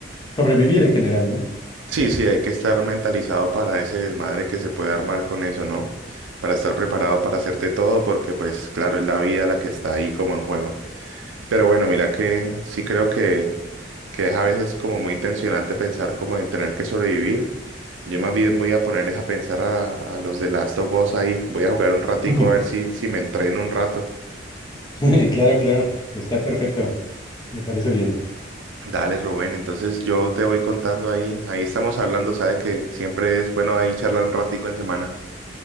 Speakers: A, on the left (about 25°); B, on the right (about 80°).
A: sobrevivir en general, ¿no?
B: Sí, sí, hay que estar mentalizado para ese desmadre que se puede armar con eso, ¿no? Para estar preparado para hacerte todo, porque pues claro, es la vida la que está ahí como en juego. Pero bueno, mira que sí creo que, que es a veces como muy tensionante pensar como en tener que sobrevivir. Yo más bien voy a poner es a pensar a, a los de Last of Us ahí. Voy a jugar un ratico
A: Ujú.
B: a ver si, si me entreno un rato.
A: <laughs> Claro, claro, está perfecto, me parece bien.
B: Dale, Rubén. Entonces yo te voy contando ahí. Ahí estamos hablando. Sabes que siempre es bueno ahí charlar un ratico en semana.